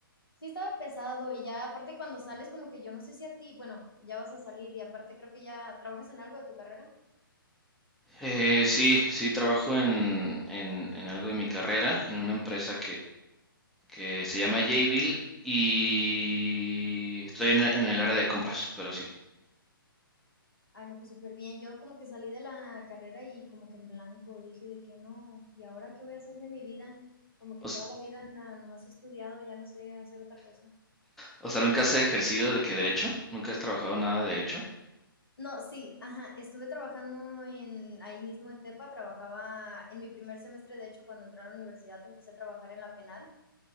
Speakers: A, on the left; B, in the centre.
A: Sí estaba pesado y ya aparte cuando sales como que yo no sé si a ti, bueno, ya vas a salir y aparte creo que ya trabajas en algo de tu carrera.
B: eh, sí, sí, trabajo en, en, en algo de mi carrera, en una empresa que se llama Jayville y estoy en, en el área de compras, pero sí.
A: Ay, no, pues súper bien. Yo como que salí de la carrera y como que en blanco dije de que no, ¿y ahora qué voy a hacer de mi vida? Como que
B: O,
A: toda
B: s-
A: la vida na- nomás he estudiado, ya no sé hacer otra cosa.
B: o sea, ¿nunca has ejercido de qué derecho? ¿Nunca has trabajado nada de derecho?
A: No, sí, ajá, estuve trabajando en ahí mismo en Tepa, trabajaba en mi primer semestre, de hecho, cuando entré a la universidad empecé a trabajar en la penal